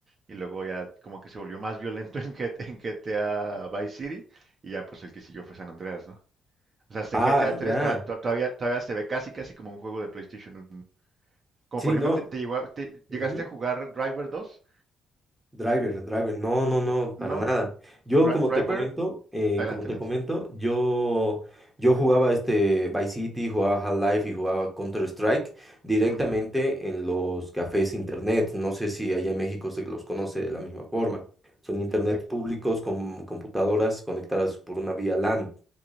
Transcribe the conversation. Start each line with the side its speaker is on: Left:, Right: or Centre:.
Right: Y luego ya como que se volvió más violento <laughs> en GTA, en GTA Vice City. Y ya pues el que siguió fue San Andreas, ¿no? O sea, este
Centre: Ah,
Right: GTA 3
Centre: ya,
Right: todavía, todavía se ve casi casi como un juego de PlayStation 1. Como
Centre: sí,
Right: por
Centre: no.
Right: ejemplo, te, te llegó a- te- ¿llegaste
Centre: ujú.
Right: a jugar Driver dos
Centre: Driver, driver, no, no, no,
Right: No.
Centre: para nada. Yo,
Right: Dri-
Centre: como
Right: Driver,
Centre: te comento, eh,
Right: adelante,
Centre: como te
Right: adelante.
Centre: comento, yo, yo jugaba este Vice City, jugaba Half-Life y jugaba Counter-Strike directamente
Right: Ujú.
Centre: en los cafés internet. No sé si allá en México se los conoce de la misma forma. Son internet
Right: Ac-
Centre: públicos con computadoras conectadas por una vía LAN.